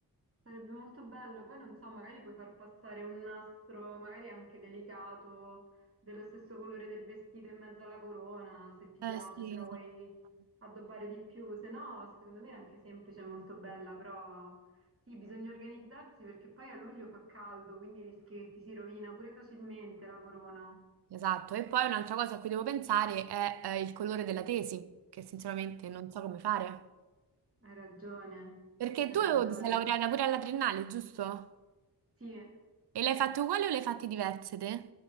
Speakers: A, on the right; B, on the right.
A: Sarebbe molto bello, poi non so, magari puoi far passare un nastro, magari anche delicato, dello stesso colore del vestito in mezzo alla corona, se ti
B: Eh
A: piace,
B: sì.
A: se la vuoi
B: esatto.
A: addobbare di più, se no, secondo me è anche semplice, è molto bella, però sì, bisogna organizzarsi perché poi a luglio fa caldo, quindi rischi che ti si rovina pure facilmente la corona.
B: Esatto, e poi un'altra cosa a cui devo pensare è eh, il colore della tesi, che sinceramente non so come fare.
A: Hai ragione,
B: Perché
A: hai
B: tu
A: ragione.
B: ti sei laureata pure alla triennale, giusto?
A: Sì.
B: E l'hai fatte uguali o le hai fatte diverse te?